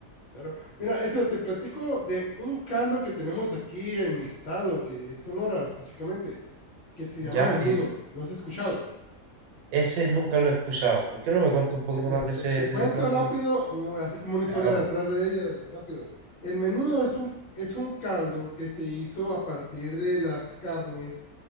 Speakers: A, on the left; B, on the right.
A: Claro. Mira, eso te platico de un caldo que tenemos aquí en mi estado, que es Sonora específicamente, que se
B: Ya,
A: llama menudo.
B: y
A: ¿Lo has escuchado?
B: ese nunca lo he escuchado. ¿Por qué no me cuentas un poquito
A: Mira,
B: más de
A: te,
B: ese,
A: te cuento
B: de ese plato?
A: rápido,
B: Alejo?
A: uh, así como una historia
B: Ya,
A: detrás
B: po.
A: de ella, rápido. El menudo es un, es un caldo que se hizo a partir de las carnes